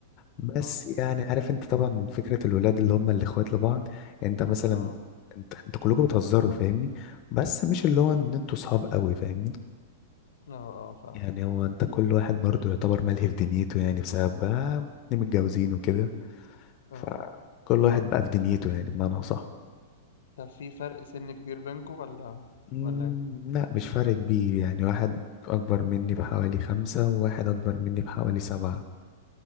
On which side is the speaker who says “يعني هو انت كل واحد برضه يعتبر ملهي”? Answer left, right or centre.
Left